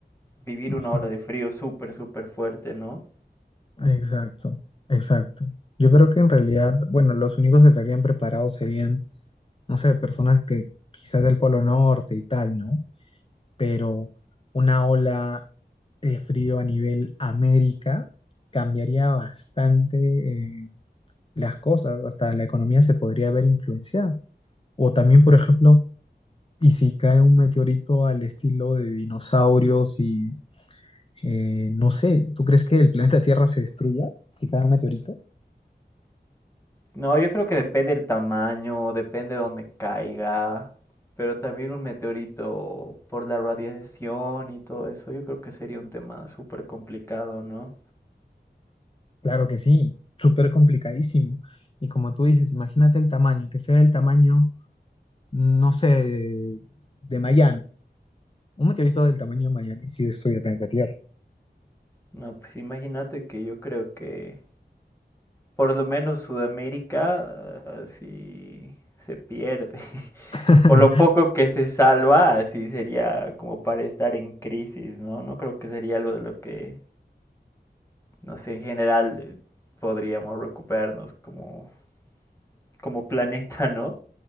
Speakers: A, on the left; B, on the left.
A: vivir una
B: ujú.
A: ola de frío súper, súper fuerte, ¿no?
B: Exacto, exacto. Yo creo que en realidad, bueno, los únicos que estarían preparados serían, no sé, personas que quizás del Polo Norte y tal, ¿no? Pero una ola de frío a nivel América, cambiaría bastante eh, las cosas, hasta la economía se podría ver influenciada. O también, por ejemplo, y si cae un meteorito al estilo de dinosaurios y eh, no sé, ¿tú crees que el planeta Tierra se destruya si cae un meteorito?
A: No, yo creo que depende el tamaño, depende de dónde caiga, pero también un meteorito por la radiación y todo eso, yo creo que sería un tema súper complicado, ¿no?
B: Claro que sí, súper complicadísimo. Y como tú dices, imagínate el tamaño, que sea el tamaño, no sé, de, de Miami. Un meteorito del tamaño de Miami sí destruye el planeta Tierra.
A: No, pues imagínate que yo creo que Por lo menos Sudamérica así se pierde. <laughs>
B: <laughs>
A: O lo poco que se salva, así sería como para estar en crisis, ¿no? No creo que sería algo de lo que, no sé, en general eh, podríamos recuperarnos como, como planeta, ¿no?